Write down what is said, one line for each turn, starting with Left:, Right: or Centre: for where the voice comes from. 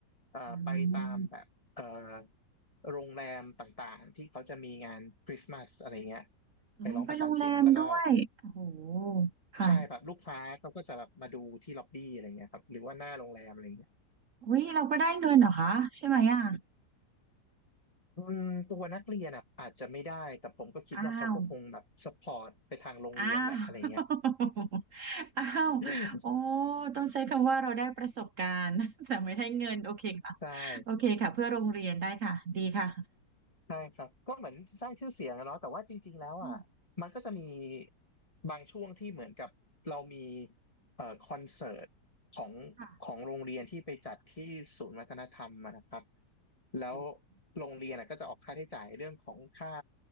Left: เอ่อไปตามแบบเอ่อ
Right: อืม
Left: โรงแรมต่างๆที่เขาจะมีงานคริสต์มาสอะไรเงี้ย
Right: โอ้ไปโรงแรมด้วยโอ้โห
Left: ไปร้องประสานเสียงแล้วก็
Right: ค่ะ
Left: ใช่แบบลูกค้าเขาก็จะแบบมาดูที่ล็อบบี้อะไรเงี้ยครับหรือว่าหน้าโรงแรมอะไรเงี้ย
Right: อุ้ยเราก็ได้เงินเหรอคะใช่ไหมอ่ะ
Left: อืมตัวนักเรียนอ่ะอาจจะไม่ได้แต่ผมก็คิดว่าเขาก็คงแบบสปอร์ตไปทางโรงเรียนแหละอะไรเงี้ย
Right: อ้าว อ้าว <laughs> อ้าวโอ้
Left: ใช
Right: ต้องใช้คำว่าเราได้ประสบการณ์ <laughs> แต่ไม่ได้เงินโอเคค่ะ
Left: ่
Right: โอเคค่ะเพื่อโรงเรียนได้ค่ะดีค่ะ
Left: ใช่ครับก็เหมือนสร้างชื่อเสียงอะเนาะแต่ว่าจริงๆแล้วอ่ะ
Right: อืม
Left: มันก็จะมีบางช่วงที่เหมือนกับเรามีเอ่อคอนเสิร์ตของ
Right: ค่ะ
Left: ของโรงเรียนที่ไปจัดที่ศูนย์วัฒนธรรมอะนะครับแล้ว
Right: โอ้
Left: โรงเรียนอะก็จะออกค่าใช้จ่ายเรื่องของค่า